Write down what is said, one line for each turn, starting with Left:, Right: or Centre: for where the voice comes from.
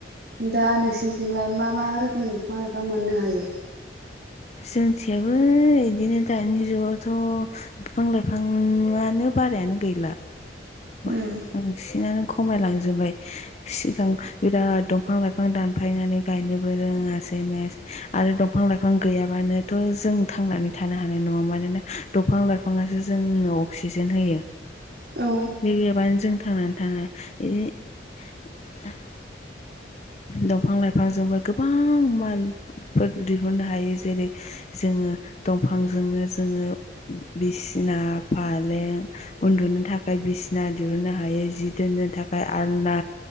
Right: दा नोंसिनिथिंलाय मा मा रोखोमनि बिफां लाइफां मोननो हायो?
Left: जोंथियाबो बिदिनो दानि जुगावथ' बिफां लाइफांआनो बारायानो गैला। बांसिनानो
Right: उम
Left: खमायलांजोबबाय सिगां बिराद दं बिफां लाइफां दानफायनानै गायनोबो रोङासै मायासै आरो दंफां लाइफां गैयाबानोथ' जों थांनानै थानो हानाय न नङा मानोना दंफां लाइफाङासो जोंनो अक्सिजेन होयो।
Right: औ
Left: बे नंङाबानो जों थांनानै थाङो बि दंफां लाइफांजोंबो गोबां मालफोर दिहुननो हायो जेरै- जोङो दंफांजोंनो जोङो बिसिना फालें उन्दुनो थाखाय बिसिना दिहुननो हायो जि दोननो थाखाय आलना